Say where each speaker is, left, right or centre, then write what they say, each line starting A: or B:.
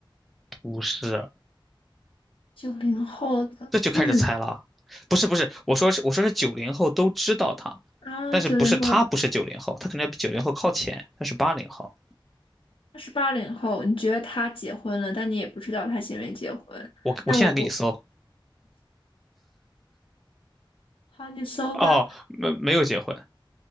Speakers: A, in the centre; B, on the left.
A: 不是，
B: 九零后的，
A: 这就开始猜了。
B: 嗯，
A: 不是，不是，我说是，我说是九零后都知道他，
B: <laughs> 啊，
A: 但是不是他不是九零后，
B: 九零后，
A: 他可能要比九零后靠前，他是八零后。
B: 他是八零后，你觉得他结婚了，但你也不知道他结没结婚。
A: 我我现在给你搜。
B: 那我估，好，你搜吧。
A: 哦，没没有结婚，